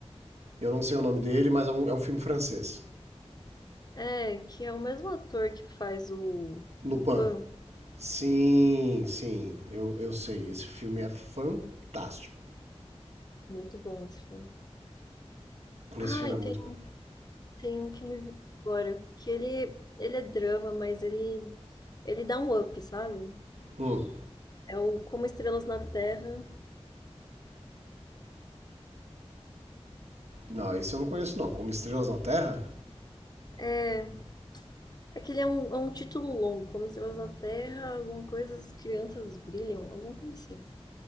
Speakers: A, on the right; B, on the left.
A: Eu não sei o nome dele, mas é um, é um filme francês.
B: É, que é o mesmo ator que faz o
A: Lupin.
B: Lupin.
A: Sim, sim, eu, eu sei. Esse filme é fantástico.
B: Muito bom esse filme.
A: Esse
B: Ah,
A: filme
B: e
A: é muito
B: tem,
A: bom.
B: tem um que me veio agora, que ele, ele é drama, mas ele, ele dá um up, sabe?
A: Hum.
B: É o Como Estrelas na Terra.
A: Não, esse eu não conheço não. Como Estrelas na Terra?
B: É, Aquele é um, é um título longo, como Estrelas na Terra, alguma coisa, as crianças brilham, alguma coisa assim.